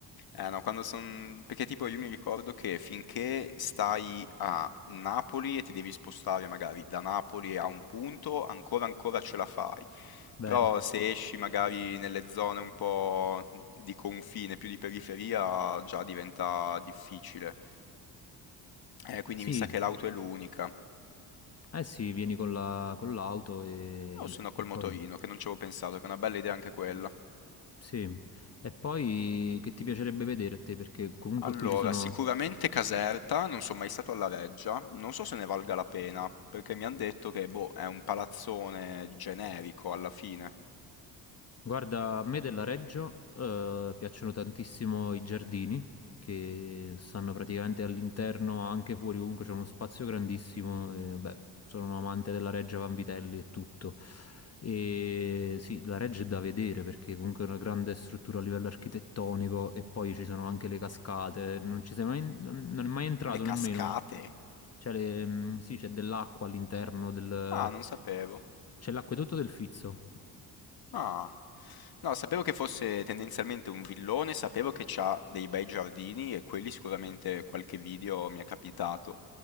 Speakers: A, on the left; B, on the left.
A: Eh no, quando son perché tipo io mi ricordo che finché stai a Napoli e ti devi spostare magari da Napoli a un punto, ancora ancora ce la fai.
B: Vero.
A: Però se esci magari nelle zone un po' di confine, più di periferia, già diventa difficile. Eh, quindi
B: Sì,
A: mi sa che l'auto è l'unica.
B: Eh sì, vieni con la- con l'auto e,
A: O se no
B: e
A: col
B: poi...
A: motorino, che non ci avevo pensato, che è una bella idea anche quella.
B: Sì, e poi che ti piacerebbe vedere a te? Perché comunque
A: Allora,
B: qui ci sono...
A: sicuramente Caserta, non sono mai stato alla Reggia, non so se ne valga la pena, perché mi hanno detto che, boh, è un palazzone generico alla fine.
B: Guarda, a me della Reggio eh, piacciono tantissimo i giardini che stanno praticamente all'interno, anche fuori, comunque c'è uno spazio grandissimo. E, vabbè, sono un amante della Reggio Vanvitelli e tutto. E sì, la Reggio è da vedere perché comunque è una grande struttura a livello architettonico e poi ci sono anche le cascate. Non ci sei mai, non è mai entrato
A: Le
B: nemmeno.
A: cascate?
B: Cioè, le- mm, sì, c'è dell'acqua all'interno del...
A: Ah, non sapevo.
B: C'è l'acquedotto del Fizzo.
A: Ah, no, sapevo che fosse tendenzialmente un villone, sapevo che c'ha dei bei giardini e quelli sicuramente qualche video mi è capitato.